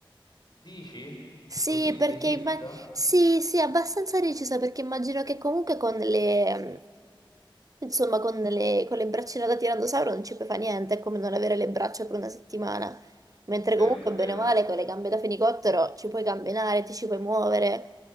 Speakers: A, on the left; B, on the right.
A: Dici?
B: Sì,
A: Così
B: perché
A: decisa?
B: imma- sì, sì, abbastanza recisa perché immagino che comunque con le mm, insomma con le, con le braccine da tirannosauro non ci puoi fare niente, è come non avere le braccia per una settimana. Mentre
A: Vero,
B: comunque
A: vero.
B: bene o male con le gambe da fenicottero ci puoi camminare, ti ci puoi muovere.